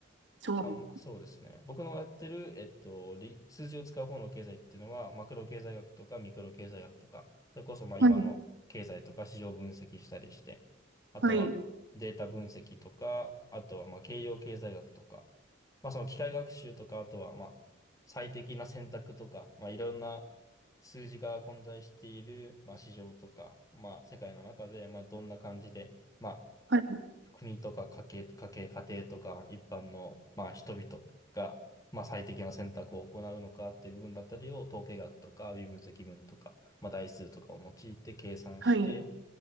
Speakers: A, on the right; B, on the left.
A: そう。
B: あんま、そうですね。僕のやってる、えっと、り数字を使う方の経済っていうのは、マクロ経済学とかミクロ経済学とか、それこそまあ今の経済とか市場分析したりして、
A: はい、
B: あとはデータ分析とか、
A: はい、
B: あとはまあ計量経済学とか、まあその機械学習とか、あとはまあ最適な選択とか、まあいろんな数字が混在している、まあ市場とか、まあ世界の中で、まあどんな感じで、まあ
A: はい、
B: 国とか家計、家計、家庭とか一般の、まあ、人々が、まあ、最適な選択を行うのかっていう部分だったりを統計学とか微分積分とか、まあ、代数とかを用いて計算して、
A: はい、